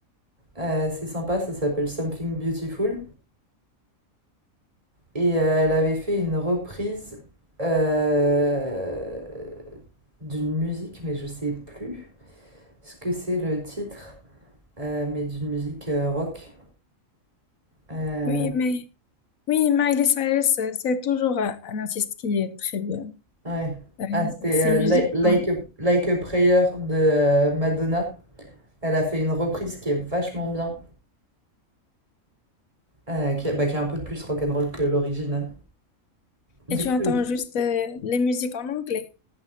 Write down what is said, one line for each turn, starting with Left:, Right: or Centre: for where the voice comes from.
Right: Euh, c'est sympa, ça s'appelle Something Beautiful. Et euh, elle avait fait une reprise euh, d'une musique, mais je sais plus ce que c'est le titre, euh, mais d'une musique euh, rock. Euh,
Left: Oui, mais oui, Miley Cyrus, euh, c'est toujours un un artiste qui est très bien.
Right: ouais.
Left: Euh,
Right: Ah, c'était
Left: Ses musiques.
Right: euh, Li- like,
Left: hein.
Right: a, Like a Prayer de euh, Madonna. Elle a fait une reprise qui est vachement bien, euh, qui, est bah, qui est un peu plus rock'n'roll que l'original. Du
Left: Et tu
Right: coup,
Left: entends juste euh, les musiques en anglais.